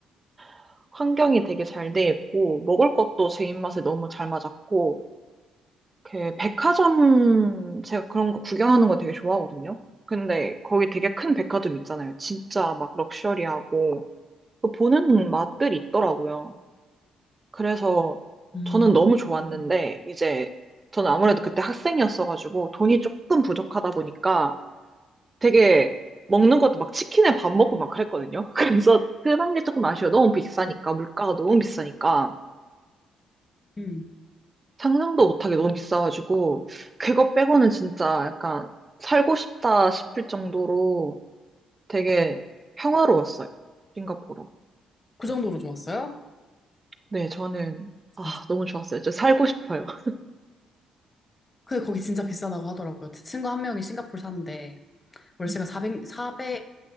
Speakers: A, on the right (about 25°); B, on the left (about 25°).
A: <laughs> 환경이 되게 잘 돼 있고 먹을 것도 제 입맛에 너무 잘 맞았고 그 백화점 제가 그런 거 구경하는 거 되게 좋아하거든요. 근데 거기 되게 큰 백화점 있잖아요. 진짜 막 럭셔리하고 그 보는 맛들이 있더라고요. 그래서
B: 음,
A: 저는 너무 좋았는데
B: 음.
A: 이제 저는 아무래도 그때 학생이었어가지고 돈이 조금 부족하다 보니까 되게 먹는 것도 막 치킨에 밥 먹고 막 그랬거든요. <laughs> 그래서 그런 게 조금 아쉬워요. 너무 비싸니까
B: 음,
A: 물가가 너무 비싸니까.
B: 음.
A: 상상도 못하게 너무 비싸가지고, 그거 빼고는 진짜 약간 살고 싶다 싶을 정도로 되게 평화로웠어요. 싱가포르가.
B: 그 정도로 좋았어요?
A: 네, 저는,
B: 진짜.
A: 아, 너무 좋았어요. 진짜 살고 싶어요. <laughs>
B: 근데 거기 진짜 비싸다고 하더라고요. 제 친구 한 명이 싱가포르 사는데 월세가
A: 음.
B: 400, 400만